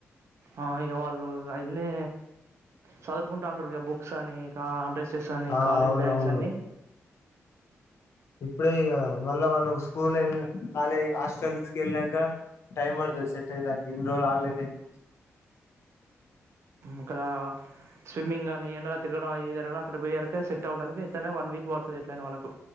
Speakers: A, on the right; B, on the left.
A: ఆ ఇక వాళ్ళు అవన్నీ చదువుకుంటు అంటారు ఇక బుక్స్ అని ఇ డ్రెస్ స్ అని
B: ఆ!
A: కాలేజ్
B: అవునవును.
A: బ్యాగ్స్ అన్ని
B: ఇప్పుడే ఇగ మళ్ళా వాళ్ళు స్కూల్ ఎల్ కాలేజ్ హాస్టల్స్కి వెళ్ళాంక టైమ్ పడుతది సెట్ అయితే ఇన్రోజులు హాలిడేస్
A: ఇక్కరా స్విమ్మింగ్ కానీ ఎండలో తిరగడం అవి తిరగడ అక్కడ పోయల్కె సెట్ అవ్వడానికి ఎట్టయినా వన్ వీక్ పడుతది ఎట్లయిన వాళ్ళకు